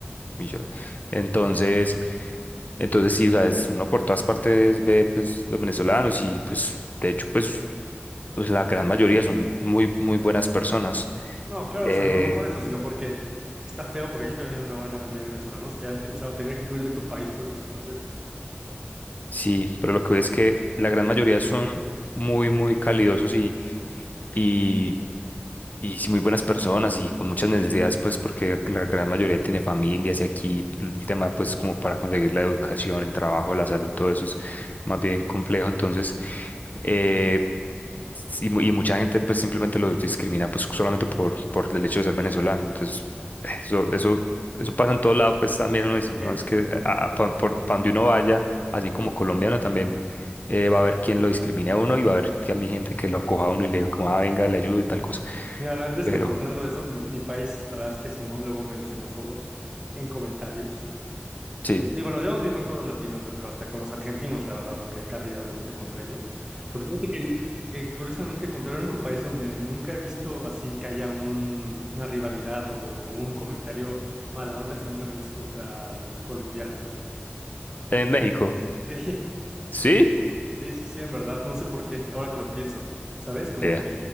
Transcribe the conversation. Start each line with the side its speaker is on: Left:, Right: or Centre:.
Left: millón. Entonces, entonces sí, o sea, es uno por todas partes ve pues los venezolanos y pues de hecho pues, pues la gran mayoría son muy, muy buenas personas.
Right: No, claro,
Left: Eh,
Right: o sea, no, no por eso, sino porque está feo, porque aquí también hay una buena cantidad de venezolanos que antes, o sea, tener que huir de tu país por esas situaciones.
Left: Sí, pero lo que veo es que la gran mayoría son muy, muy calidosos y, y, y sí, muy buenas personas y con muchas necesidades, pues porque la gran mayoría tiene familias y aquí el tema, pues como para conseguir la educación, el trabajo, la salud, todo eso es más bien complejo. Entonces, eh, y mu- y mucha gente pues simplemente los discrimina pues solamente por, por el hecho de ser venezolano. Entonces, eso, eso, eso pasa en todo lado, pues también uno dice, no,
Right: Sí,
Left: es
Right: sí,
Left: que
Right: sí.
Left: a- a- pa- por, pa' donde uno vaya, así como colombiano también eh, va a haber quien lo discrimine a uno y va a haber también gente que lo acoja a uno y le diga como, ah, venga, le ayudo y tal cosa.
Right: Mira, antes
Left: Pero,
Right: que por hablando de eso, mi, mi país, la verdad es que somos luego medio xenófobos en comentarios.
Left: sí,
Right: Eh, digo, nos llevamos bien con todos los latinos, yo creo, hasta con los argentinos, la verdad, aunque hay carrilla obviamente contra ellos. Pero fíjate que, que curiosamente, contra el único país donde nunca he visto así que haya un- una rivalidad o un comentario mala onda genuinamente es contra los colombianos.
Left: en México,
Right: Sí.
Left: sí,
Right: Sí, sí, sí, en verdad, no sé por qué, ahora que lo pienso, ¿sabes? Como
Left: vea,
Right: que,